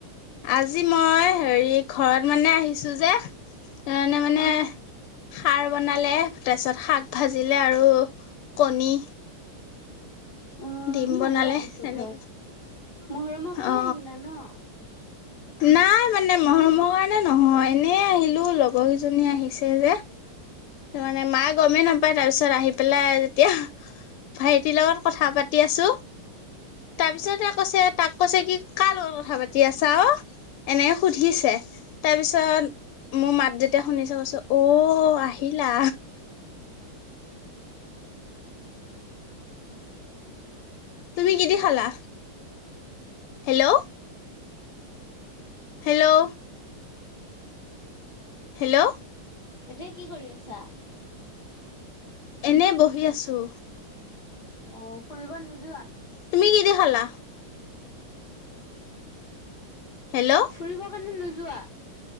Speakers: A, on the left; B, on the left.
A: আজি মই হেৰি ঘৰত মানে আহিছো যে তানে মানে্।
B: অ
A: সাৰ বনালে তাৰপিছত শাক ভাজিলে আৰু কণী।
B: অ
A: ডিম বনালে
B: ময়ো আহিছো
A: তেনেকে
B: ঘৰতগৰমগহৰমৰ কাৰণে
A: অ
B: আহিলা ন
A: নাই মানে মৰমৰ কাৰণে নহয় এনেই আহিলোঁ লগৰ কেইজনী আহিছে যে মানে মা গমেই নাপায় তাৰপিছত আহি পেলাই তেতিয়া ভাইটিৰ লগত কথা পাতি আছো। তাৰ পিছতে কৈছে তাক কৈছে কি কাৰ লগত কথা পাতি আছা অ এনে সুধিছে তাৰপিছত মোৰ মাত যেতিয়া শুনিছে কৈছো অ আহ ঠিলা তুমি কি দি খালা। Hello hello. হেল্লো'
B: এতিয়া কি কৰি আছা।
A: এনেই বহি আছোঁ।
B: অ ফুৰিব নোযোৱা।
A: তুমিকিদি খালা। হেল্লো'।
B: ফুৰিবৰ কাৰণে নোযোৱা।